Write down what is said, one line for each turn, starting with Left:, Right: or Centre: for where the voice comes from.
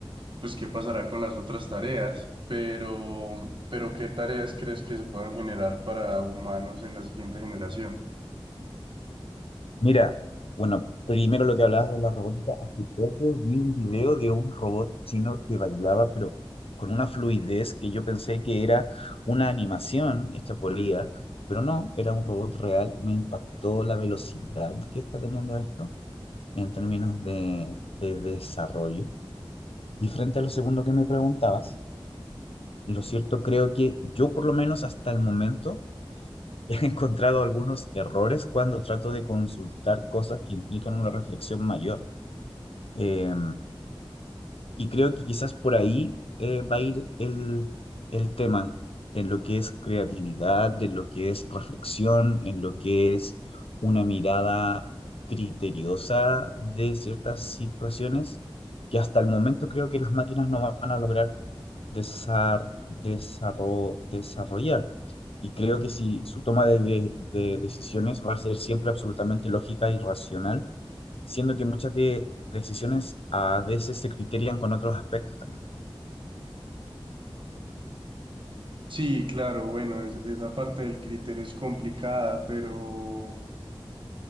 Right: pues qué pasará con las otras tareas. Pero, pero ¿qué tareas crees que se puedan generar para humanos en la siguiente generación?
Left: Mira, bueno, primero lo que hablabas de la robótica, hace poco vi un video de un robot chino que bailaba, pero con una fluidez que yo pensé que era una animación hecha por IA, pero no, era un robot real. Me impactó la velocidad que está teniendo esto en términos de, de desarrollo. Y frente a lo segundo que me preguntabas, lo cierto creo que yo por lo menos hasta el momento... He <laughs> encontrado algunos errores cuando trato de consultar cosas que implican una reflexión mayor. Eh, y creo que quizás por ahí eh, va a ir el, el tema, en lo que es creatividad, en lo que es reflexión, en lo que es una mirada criteriosa de ciertas situaciones que hasta el momento creo que las máquinas no van a lograr desar- desarro- desarrollar. Y creo que si su toma de, de de decisiones va a ser siempre absolutamente lógica y racional, siendo que muchas de- decisiones a veces se criterian con otros aspectos también.
Right: Sí, claro, bueno, es- esa parte del criterio es complicada, pero,